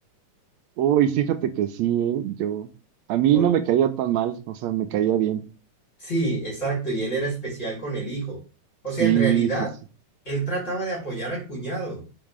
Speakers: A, on the right; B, on the left.
A: Uy, fíjate que sí, eh, yo. A mí
B: Por,
A: no me caía tan mal, o sea, me caía bien.
B: sí, exacto, y él era especial con el hijo. O
A: Sí,
B: sea, en realidad,
A: sí, sí.
B: él trataba de apoyar al cuñado